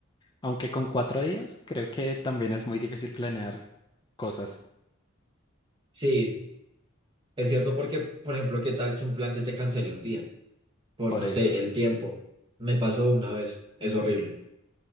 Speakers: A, on the left; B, on the right.
A: Aunque con cuatro días, creo que también es muy difícil planear cosas
B: Sí, es cierto porque, por ejemplo, ¿qué tal que un plan se te cancele un día? Por,
A: por
B: no
A: eso.
B: sé, el tiempo. Me pasó una vez, es horrible.